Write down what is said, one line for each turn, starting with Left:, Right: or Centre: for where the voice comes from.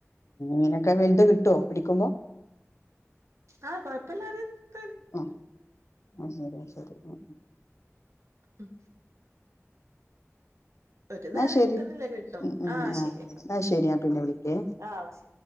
Left: മീനൊക്കെ വെലുത് കിട്ടുവോ പിടിക്കുമ്പൊ
Right: ആഹ് കൊഴപ്പില്ല <unintelligible>
Left: അഹ് അത്‌ ശെരി അത്‌ ശെരി അഹ്
Right: ഉം ഒരു
Left: എന്ന
Right: നേരത്തിനില്ല
Left: ശെരി
Right: കിട്ടും
Left: ഉം ആഹ്
Right: ശരി
Left: എന്ന ശെരി ഞാൻ പിന്നെ വിളിക്കേ
Right: ആഹ് ശരി